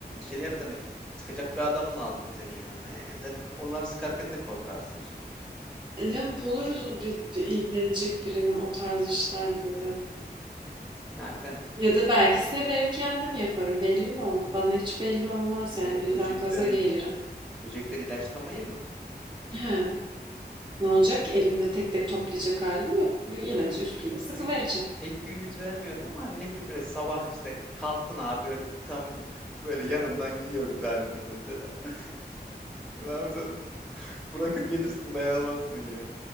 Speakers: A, in the centre; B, on the right.
A: şeylerden sıkacak bir adam lazım senin yanına yani. Sen onları sıkarken de korkarsın şimdi.
B: E canım buluruz o di- di- ilgilenecek birini o tarz işlerle de.
A: Ha sen
B: Ya da belki severim kendim yaparım. Belli mi olur? Bana hiç belli olmaz yani
A: e,
B: birden
A: böcekleri
B: gaza gelirim.
A: böcekleri ilaçlamayı mı?
B: He, ne olacak ki elimde tek tek toplayacak halim yok. Bir ilacı
A: Yani
B: üstüne
A: pek
B: sıkıvereceğim.
A: bir pek bir ümit vermiyorum ama hani ne bileyim böyle sabah işte kalktın abi böyle tam böyle yanından gidiyor bir tanesi mesela. <laughs> Abi sen bırakır gelirsin dayanamazsın ya.